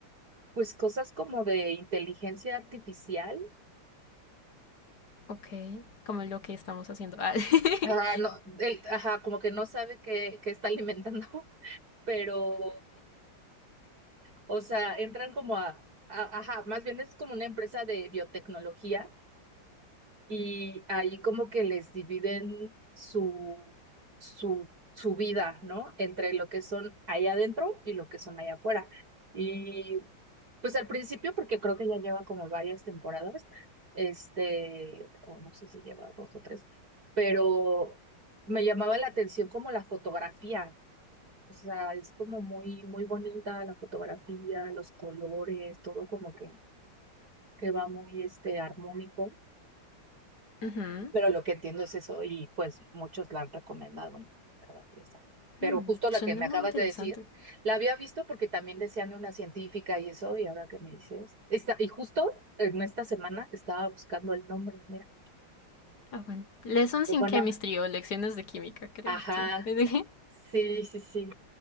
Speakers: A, on the right; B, on the left.
A: pues cosas como de inteligencia artificial.
B: ok. Como lo que estamos haciendo. Ah. <laughs>
A: Ah, no, él, ajá, como que no sabe qué, qué está alimentando, <laughs> pero, o sea, entran como a, a- ajá, más bien es como una empresa de biotecnología y ahí como que les dividen su, su, su vida, ¿no? Entre lo que son allá adentro y lo que son allá afuera. Y pues al principio, porque creo que ya lleva como varias temporadas, este, o no sé si lleva dos o tres, pero me llamaba la atención como la fotografía. O sea, es como muy, muy bonita la fotografía, los colores, todo como que, que va muy, este, armónico.
B: Ujú.
A: Pero lo que entiendo es eso y pues muchos la han recomendado, ¿no? La ¿verdad? Esa. Pero
B: Hmm,
A: justo la
B: suena
A: que me
B: muy
A: acabas
B: interesante.
A: de decir, la había visto porque también decían de una científica y eso, y ahora que me dices, esta, y justo en esta semana estaba buscando el nombre, mira,
B: Ah, bueno. Lessons
A: Pero
B: in
A: bueno,
B: Chemistry o lecciones de química, creo.
A: ajá,
B: Sí. <laughs>
A: sí, sí, sí.